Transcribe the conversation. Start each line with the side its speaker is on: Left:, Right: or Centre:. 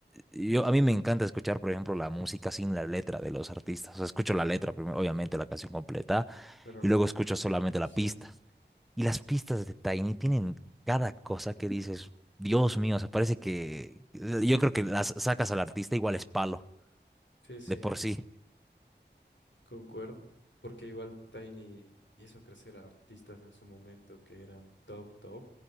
Centre: yo, a mí me encanta escuchar, por ejemplo, la música sin la letra de los artistas. O sea, escucho la letra primero, obviamente la canción completa,
Left: pero
Centre: y
Left: la,
Centre: luego escucho solamente
Left: sí,
Centre: la pista. Y las pistas de Tiny tienen cada cosa que dices, Dios mío, o sea, parece que yo creo que las sacas al artista igual es palo,
Left: sí, sí.
Centre: de por sí.
Left: Concuerdo, porque igual Tiny hizo crecer a artistas en su momento que eran top, top,